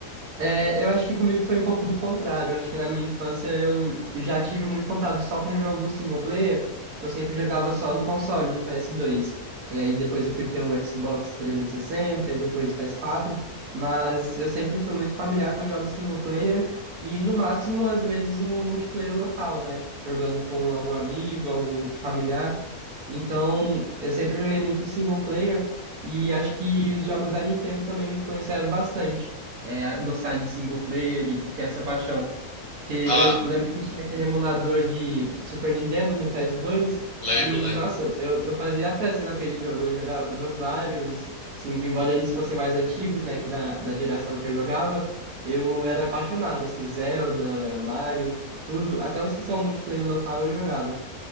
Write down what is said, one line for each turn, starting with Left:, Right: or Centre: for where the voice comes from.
Right: É, eu acho que comigo foi um pouco do contrário. Eu acho que na minha infância eu já tive muito contato só com jogo single player. Eu sempre jogava só no console, no PS2. E aí depois eu fui ter o Xbox 360 e sessenta e depois o PS4. Mas eu sempre fui muito familiar com jogos single player e no máximo às vezes um multiplayer local, né? Jogando com algum amigo, algum familiar. Então eu sempre joguei muito single player e acho que os jogos da Nintendo também me influenciaram bastante é, gostar de single player e ter essa paixão. Porque
Left: Ah,
Right: eu lembro que tinha aquele emulador de Super Nintendo no PS2
Left: lembro,
Right: e,
Left: lembro.
Right: nossa, eu, eu fazia festa com aquele jogo. Eu jogava vários, assim, embora eles fossem mais antigos, né, que da, da geração que eu jogava, eu era apaixonado, assim, Zelda, Mario, tudo. Até os que são multiplayer local eu jogava.